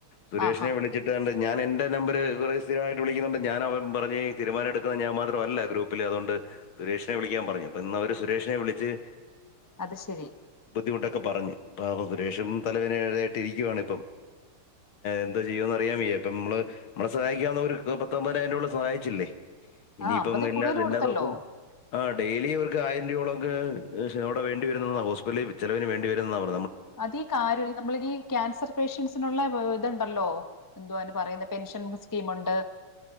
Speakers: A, on the left; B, on the left.
A: സുരേഷിനെ
B: ആഹാ
A: വിളിച്ചിട്ട് ഞാൻ എന്റെ നമ്പറിന്ന് സ്ഥിരമായിട്ട് വിളിക്കുന്നോണ്ട് ഞാൻ പറഞ്ഞ് തീരുമാനം എടുക്കുന്ന ഞാൻ മാത്രമല്ല ഗ്രൂപ്പിൽ അുകൊണ്ട് സുരേഷിനെ വിളിക്കാൻ പറഞ്ഞു.. അപ്പൊ ഇന്ന് അവര് സുരേഷിനെ വിളിച്
B: അത് ശരി.
A: ബുദ്ധിമുട്ടൊക്ക് പറഞ്ഞു പാവം സുരേഷും തലവേദനയായിട്ട് ഇരിക്കുവാണ് ഇപ്പം എന്ത് ചെയ്യൂന്നറിയാൻ വയ്യ.. അപ്പ നമ്മള് നമ്മളും സഹായിക്കാവുന്ന ഒരു പത്തൊമ്പതിനായിരം രൂപയോളം സഹായിച്ചില്ലേ ഇനിയിപ്പം
B: ആഹ് അമ്പതി
A: എല്ലാ
B: കൂടുതൽ കൊടുത്തല്ലോ.
A: എല്ലാ ദിവസും ആ ഡെയിലി അവർ ആയിരം രൂപയളൊക്കെ ചെലവിന് വേണ്ടി വരുന്നാ ഹോസ്പിറ്റലിൽ ചിലന് വേണ്ടി വരുന്ന പറഞ്ഞെ
B: അതീ കാര് നമ്മൾ ഈ ക്യാൻസർ പേഷ്യൻസിനുള്ള ഇതുണ്ടല്ലോ എന്തുവാാന് പറയുന്ന പെൻഷൻ സ്കീം ഉണ്ട്